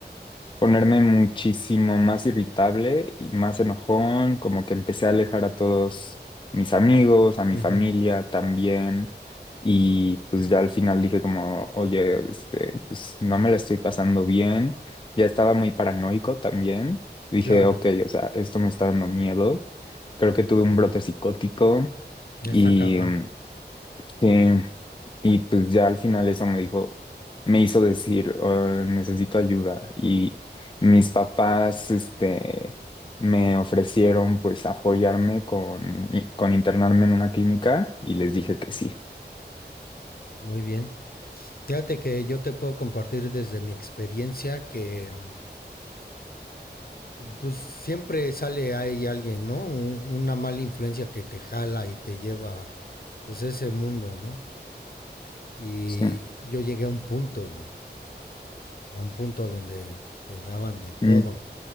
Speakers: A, on the left; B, on the left.
A: ponerme muchísimo más irritable y más enojón, como que empecé a alejar a todos mis amigos, a mi
B: Ujú,
A: familia también, y pues ya al final dije como, oye, este, pues no me la estoy pasando bien, ya estaba muy paranoico también, y dije,
B: Claro,
A: ok, o sea, esto me está dando miedo, creo que tuve un brote psicótico
B: ya
A: y
B: está cabrón.
A: mm, sí, y pues ya al final eso me dijo, me hizo decir, "Oh, necesito ayuda. Y mis papás, este, me ofrecieron pues apoyarme con, con internarme en una clínica y les
B: Ujú,
A: dije que sí.
B: Muy bien. Fíjate que yo te puedo compartir desde mi experiencia que mm, Pues siempre sale ahí alguien, ¿no? Un- Una mala influencia que te jala y te lleva, pues, a ese mundo, ¿no? Y
A: Sí.
B: yo llegué a un punto, güey, a un punto donde te daban de todo.
A: Mm,